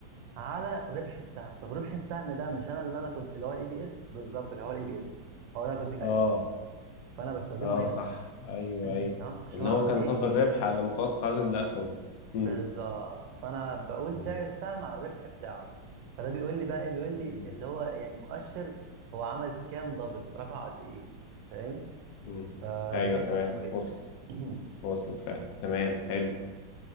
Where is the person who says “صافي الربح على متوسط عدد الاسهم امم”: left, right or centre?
Left